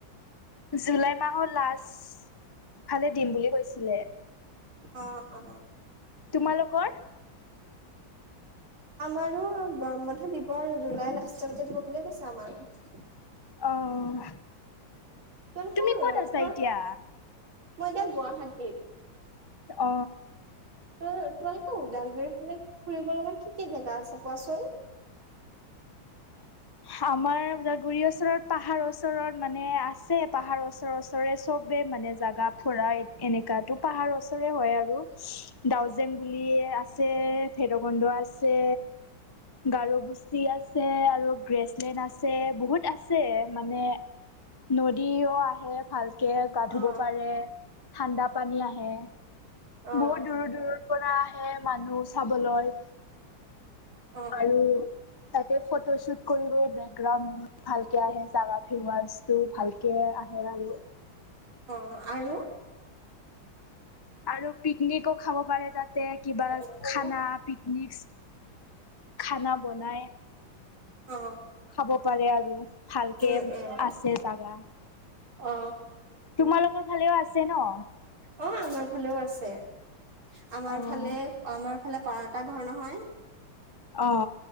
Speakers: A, on the left (about 30°); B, on the right (about 85°).
A: জুলাই মাহৰ লাষ্ট ফালে দিম বুলি কৈছিলে
B: অ অ
A: তোমালোকৰ
B: আমাৰো গৰম বন্ধ দিবস জুলাই লাষ্টলৈকে দিব বুলিয়ে কৈছে আমাৰো
A: অহ
B: তোমালোকৰ
A: তুমি ক'ত
B: অ
A: আছা
B: তোমাৰ
A: এতিয়া
B: মই এতিয়া গুৱাহাটীত
A: অ
B: ত তোমালোকৰ ওদালগুৰি ফালে ফুৰিব লগা কি কি জেগা আছে কোৱাচোন,
A: <unintelligible> আমাৰ ওদালগুৰি ওচৰত পাহাৰ ওচৰত মানে আছে পাহাৰ ওচৰ ৰে চবে মানে জাগা ফুৰা এনেকা তো পাহাৰ? হয় আৰু ডাউজেং বুলি আছে ভেৰকন্ধ আছে, গাৰ গুচি আছে আৰু গ্ৰেছলেণ্ড আছে বহুত আছে মানে নদীও- আহে ভালকে গা ধুব
B: অ
A: পাৰে ঠাণ্ডা পানী আহে।
B: অ
A: বহুত দূৰৰ দূৰৰ পৰা আহে মানুহ চাবলৈ।
B: অ
A: আৰু
B: অ,
A: তাতে ফটো চুত কৰিব বেকগ্ৰাউণ্ড ভালকে আহে জাৱা ফেলটো ভালকে। হেৰা আৰু,
B: অ আৰু?
A: আৰু পিকনিকো খাব পাৰে তাতে কিবা
B: উম
A: খানা পিকনিক। খানা বনাই
B: অ
A: খাব পাৰে আৰু। ভালকে
B: উম উম
A: আছে জাগা।
B: অ,
A: তোমালোকৰ ফালেও আছে ন?
B: অ আমাৰ ফালেও আছে আমাৰ
A: অ'।
B: ফালে আমাৰ ফালে। কৰ এটা ঘৰ নহয়
A: অ,